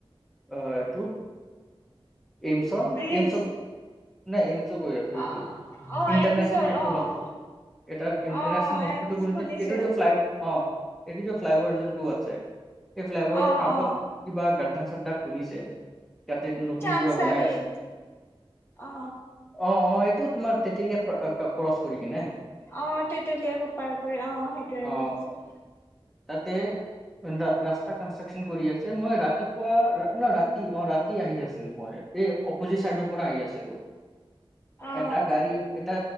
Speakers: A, in the centre; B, on the left.
A: অ এইটোটো। ইমচত
B: ব্ৰিজ
A: এ নাই ইমচত। আছো
B: অ অ
A: ইণ্টাৰনশনেল্প।
B: এমচৰ অ অ
A: এটা ইণ্টাৰনশনল
B: অ
A: হস্পিটেল
B: এমচ
A: গ
B: খুলিছে
A: এইটো য ফ্লাই অ। এইটো যে ফ্লাই অভাৰ যোনটো আছে, এই ফ্লাই অভাৰৰ
B: অ
A: কাষত
B: অ
A: কিবা গা। আধা চাধা খুলিছে। কাট নতুন
B: চানচাৰিত
A: কিবা বনাই আছে,
B: অ
A: অ অ এই। এইটো তোমাৰ তেতেলীয়ে ক্ৰচ কৰি কি নে।
B: অ তেতেলীয়াকো পাৰ কৰি অ সেইটোৱে
A: অ
B: বুজিছো।
A: তাতে, ৰাস্তা কনষ্ট্ৰাকচন কৰি আছে মই ৰাতিপুৱা ন ৰা। ৰাতি অ ৰাতি আহি আছিলো মই এই অপজিট চাইডৰ পৰা আহি আছিলো।
B: অ
A: এটা গাড়ী এটা